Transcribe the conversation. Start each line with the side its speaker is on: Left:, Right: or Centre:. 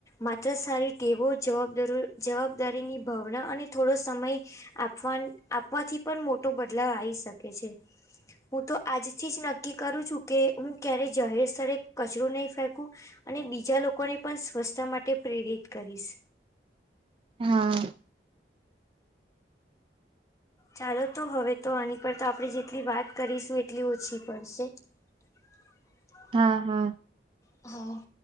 Left: માત્ર સારી ટેવો, જવાબદારો જવાબદારીની ભાવના અને થોડો સમય આપવાન આપવાથી પણ મોટો બદલાવ આઈ શકે છે. હું તો આજથી જ નક્કી કરું છું, કે હું ક્યારેય જાહેર સ્થળે કચરો નહીં ફેંકું. અને બીજા લોકોને પણ સ્વચ્છતા માટે પ્રેરિત કરીશ.
Right: હા.
Left: ચાલો તો હવે તો આની પર તો આપણે જેટલી વાત કરીશું એટલી ઓછી પડશે. <inaudible>
Right: હા, હા.
Left: હા.